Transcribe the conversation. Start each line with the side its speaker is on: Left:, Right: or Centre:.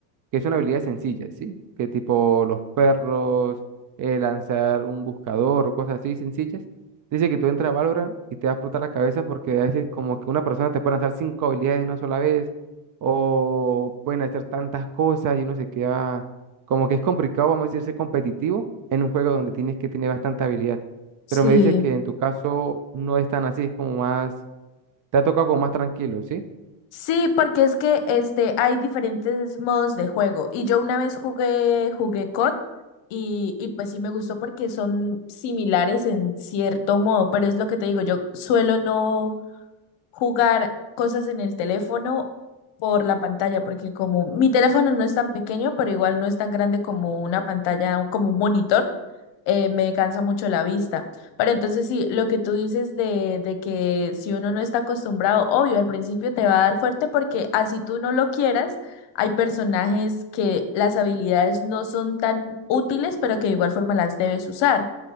Right: que son habilidades sencillas, ¿sí? Que tipo los perros, eh, lanzar un buscador o cosas así sencillas. Dice que tú entras a Valorant y te va a explotar la cabeza porque a veces como que una persona te puede lanzar cinco habilidades de una sola vez o pueden hacer tantas cosas y uno se queda como que es complicado, vamos a decir, ser competitivo en un juego donde tienes que tener bastante habilidad.
Left: Sí.
Right: Pero me dices que en tu caso no es tan así, es como más, te ha tocado como más tranquilo, ¿sí?
Left: Sí, porque es que este hay diferentes modos de juego y yo una vez jugué jugué COD y, y pues sí me gustó porque son similares en cierto modo, pero es lo que te digo, yo suelo no jugar cosas en el teléfono por la pantalla, porque como mi teléfono no es tan pequeño, pero igual no es tan grande como una pantalla, o como un monitor, eh, me cansa mucho la vista. Pero entonces sí, lo que tú dices de, de que si uno no está acostumbrado, obvio, al principio te va a dar fuerte porque así tú no lo quieras, hay personajes que las habilidades no son tan útiles, pero que de igual forma las debes usar.